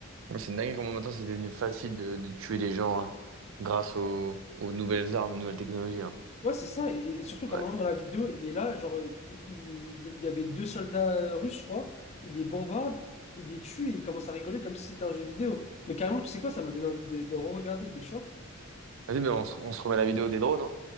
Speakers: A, on the right (about 70°); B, on the left (about 30°).
A: Ouais, C'est dingue comment maintenant c'est devenu facile de, de tuer les gens hein, grâce aux, aux nouvelles armes, aux nouvelles technologies. hein.
B: Ouais, c'est ça, et, et surtout
A: Ouais.
B: qu'à un moment dans la vidéo, il est là, genre il, il- il y avait deux soldats russes, je crois, il les bombarde, il les tue, et il commence à rigoler comme si c'était un jeu vidéo. Mais carrément, tu sais quoi, ça m'a donné envie de, de re-regarder, t'es chaud?
A: Vas-y, mais on se, on se remet la vidéo des drones. hein.